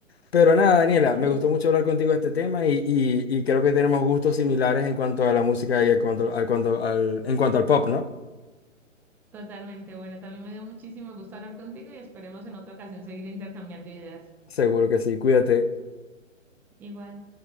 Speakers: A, on the left; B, in the centre.
A: Pero nada, Daniela,
B: Exacto.
A: me gustó mucho hablar contigo de este tema y, y- y creo que tenemos gustos similares en cuanto a la música y en cuanto, al, cuanto, al, en cuanto al pop, ¿no?
B: Totalmente, bueno, también me dio muchísimo gusto hablar contigo y esperemos en otra ocasión seguir intercambiando ideas.
A: Seguro que sí, cuídate.
B: Igual.